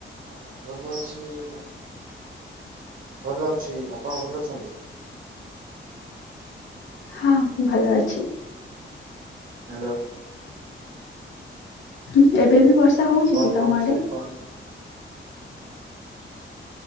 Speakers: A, on the right (about 45°); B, on the left (about 65°).
A: ହଁ ଭଲ ଅଛି ଆଉ। ଭଲ ଅଛି ଆପଣ ଭଲ ଅଛନ୍ତି।
B: ହଁ ଭଲ ଅଛି।
A: ହ୍ୟାଲୋ।
B: ହୁଁ ଏବେ ବି ବର୍ଷା ହଉଛି
A: କଣ
B: କି
A: କରୁଥିଲେ
B: ତମ ଆଡେ?
A: କଣ